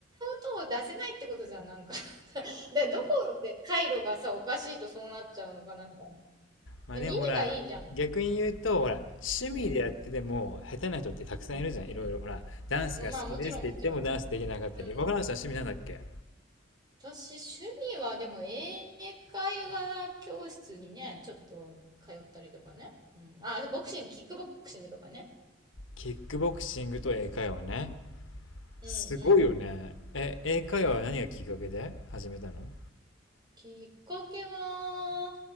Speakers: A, on the right (about 20°); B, on the left (about 85°).
A: た音を出せないってことじゃん、なんか <laughs> で、どこで回路がさ、おかしいとそうなっちゃうのかな、みたいな。
B: まあでもほら、
A: で、耳がいいじゃん。
B: 逆に言うと、ほら、趣味でやってても、
A: うん。
B: 下手な人ってたくさんいるじゃん、いろいろ。ほら、ダンスが好きですって言ってもダンスできなかったり。
A: うん。まあ、もちろん、もちろん。うん。
B: 若林さん趣味なんだっけ
A: 私、趣味は、でも、英会話教室にね、ちょっと通ったりとかね。うん。あ、ボクシング、キックボクシングとかね。
B: キックボクシングと英会話ね。
A: うんうん。
B: すごいよね。え、英会話は何がきっかけで始めたの
A: きっかけは、